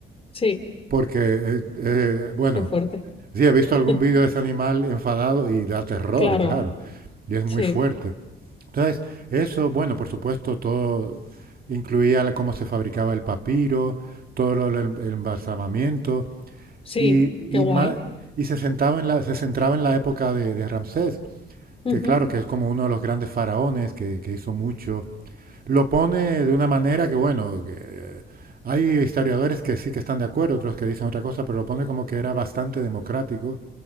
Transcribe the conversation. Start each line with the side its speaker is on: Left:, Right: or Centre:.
Left: sí,
Right: porque, eh, eh, bueno,
Left: qué fuerte.
Right: sí, he visto algún
Left: <laughs>
Right: vídeo de ese animal enfadado y da terror,
Left: Claro,
Right: claro, y es muy
Left: sí,
Right: fuerte. Entonces, eso, bueno, por supuesto, todo incluía la- cómo se fabricaba el papiro, todo lo del embalsamamiento,
Left: sí,
Right: y,
Left: qué guay.
Right: y, más, y se, sentaba en la, se centraba en la época de, de Ramsés,
Left: Ujú,
Right: que claro, que es como uno de los grandes faraones que, que hizo mucho. Lo pone de una manera que, bueno, que, eh, hay historiadores que sí que están de acuerdo, otros que dicen otra cosa, pero lo pone como que era bastante democrático